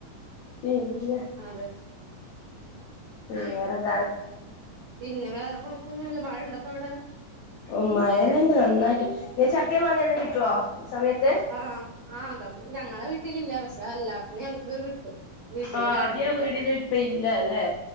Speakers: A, on the left (about 80°); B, on the right (about 85°).
A: പിന്നെ
B: അതെ
A: വേറെന്താ
B: പിന്നെ വേറെ കൊഴപ്പൊന്നുമില്ല മഴയുണ്ടപ്പ അവിടെ
A: ഓ മഴെല്ലാം ഉണ്ട് നന്നായിട്ട് ഇ ചക്ക മാങ്ങെല്ലാം കിട്ടുവോ ഈ സമയത്ത്
B: ആഹ ആ് അതോ ഞങ്ങളെ വീട്ടിലില്ല പക്ഷെ എല്ലാടത് ഞങ്ങക്ക് കിട്ടും വീട്ടില്
A: ആഹ
B: വേണംന്നില്ല
A: ആദ്യ വീടിലും ഇപ്പ ഇല്ല ഇല്ല അല്ലേ